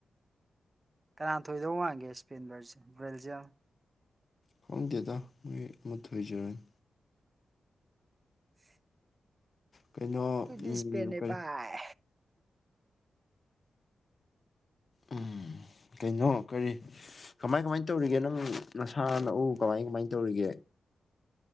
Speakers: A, on the right (about 30°); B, on the left (about 45°).
A: ꯀꯅꯥꯅꯥ ꯊꯣꯏꯗꯧ ꯃꯥꯟꯒꯦ ꯏꯁ꯭ꯄꯦꯟ ꯕꯦꯜꯖꯤꯌꯝ
B: ꯈꯪꯗꯦꯗ ꯃꯣꯏ ꯑꯃ ꯊꯣꯏꯖꯔꯅꯤ
A: <unintelligible>
B: ꯀꯩꯅꯣ
A: ꯑꯩꯈꯣꯢꯗꯤ ꯗꯤꯁꯄ꯭ꯂꯦꯅꯦ
B: ꯎꯝ ꯀꯔꯤ
A: ꯚꯥꯏ
B: ꯎꯝ ꯀꯩꯅꯣ ꯀꯔꯤ ꯀꯃꯥꯏ ꯀꯃꯥꯏ ꯇꯧꯔꯤꯒꯦ ꯅꯪ ꯅꯁꯥ ꯅꯎꯨ ꯀꯃꯥꯏ ꯀꯃꯥꯏ ꯇꯧꯔꯤꯒꯦ